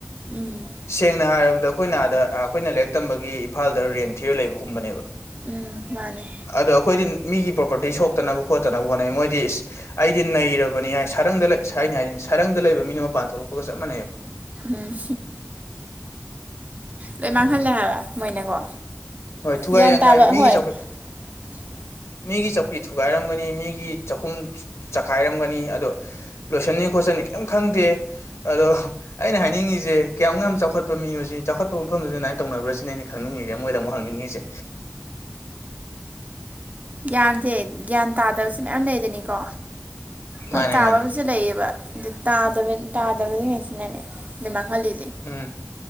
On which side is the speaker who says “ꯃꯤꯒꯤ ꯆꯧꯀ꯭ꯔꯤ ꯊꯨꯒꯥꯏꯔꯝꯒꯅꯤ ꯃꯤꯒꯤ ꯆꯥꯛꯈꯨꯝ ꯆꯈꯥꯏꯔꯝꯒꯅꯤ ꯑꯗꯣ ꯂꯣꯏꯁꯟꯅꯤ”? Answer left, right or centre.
Left